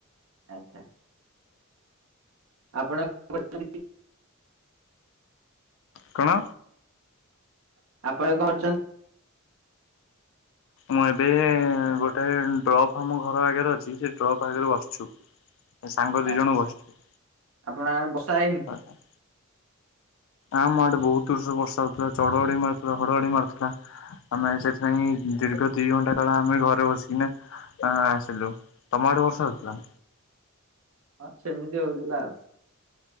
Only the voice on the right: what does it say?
ଆଚ୍ଛା। ଆପଣ କଣ କରୁଚନ୍ତି?
ଆପଣ କରୁଚନ୍ତି?
ଆଚ୍ଛା
ଆପଣ ଆଡେ ବର୍ଷା ହେଇନି?
ହଁ ସେମିତି ହଉଥିଲା ଆଉ।